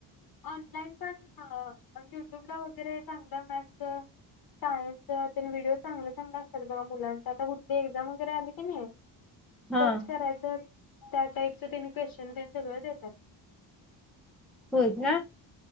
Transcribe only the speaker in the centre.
हा
होय का